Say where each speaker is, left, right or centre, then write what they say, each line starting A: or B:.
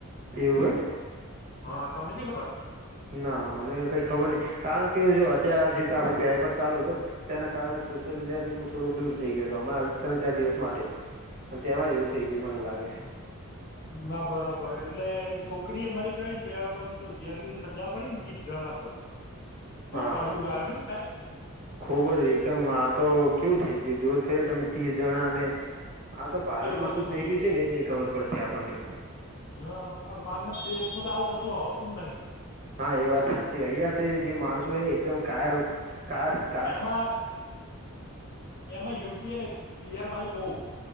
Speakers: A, on the right (about 35°); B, on the left (about 45°).
A: એવું એમ.
B: હા તમને નઈ ખબર
A: ના મને કઈ ખબર નઈ કારણ કે જો અત્યારે જે આપડે પ્યાપ ચાલુ હતું ને. તેના કારણે સોશિયલ મીડિયા થી હું થોડું દૂર થઈ ગયો હ. ત્રણ ચાર દિવસ માટે જ પણ તેમાં જ એવું થઇ ગયું મને લાગે.
B: ના બરાબર એટલે છોકરી એ મારી ગઈ ને પેકોને તો જેલ ની સજાવા પડી ને તીસ જણા તો. <inaudible>
A: હા
B: કળિયુગ
A: હા
B: આવ્યો નહી સાહેબ
A: ખૂબ જ એકદમ આ તો કેવું થઈ ગયું જુઓ તો ખરી તમે ત્રીસ જણા અને આા તો ભારતમાં
B: તેર વર્ષની
A: શું
B: છોકરી
A: થઈ રહ્યું છે ને એ જ નહી ખબર પડતી આપણને.
B: હ આ બહારના દેશમાં તો આવું કશું હોતું જ નહીં.
A: હા એ વાત સાચી અહિયાંથી જે માણસો હ એકદમ કાયર વૃત કાયરથી
B: એમાં એમાં યુપી અને બિહાર બાજુ બહુ.